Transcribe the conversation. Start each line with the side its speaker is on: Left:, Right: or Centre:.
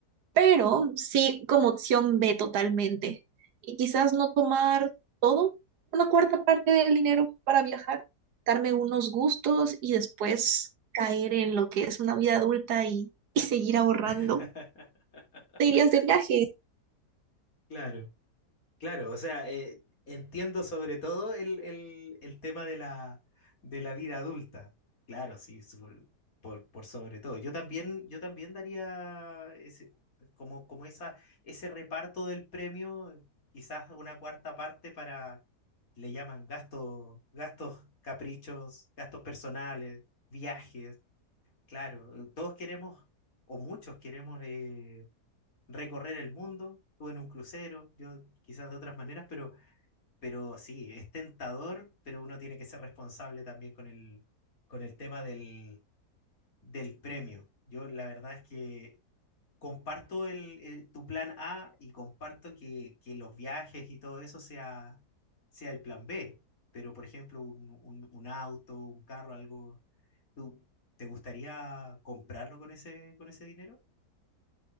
Right: pero sí como opción B totalmente. Y quizás no tomar todo, una cuarta parte del dinero para viajar, darme unos gustos y después caer en lo que es una vida adulta y, y seguir ahorrando.
Left: <laughs>
Right: ¿Te irías de viaje?
Left: Claro. Claro, o sea, eh, entiendo sobre todo el, el- el tema de la, de la vida adulta. Claro, sí, su- por, por sobre todo. Yo también, yo también daría ese, como, como esa, ese reparto del premio, quizás una cuarta parte para, le llaman gastos, gastos caprichos, gastos personales, viajes. Claro, todos queremos, o muchos queremos eh, recorrer el mundo, tú en un crucero, yo quizás de otras maneras, pero, pero sí, es tentador, pero uno tiene que ser responsable también con el, con el tema del, del premio. Yo la verdad es que comparto el, el- tu plan A y comparto que, que los viajes y todo eso sea, sea el plan B, pero por ejemplo, un, un, un auto, un carro, algo, ¿tú te gustaría comprarlo con ese, con ese dinero?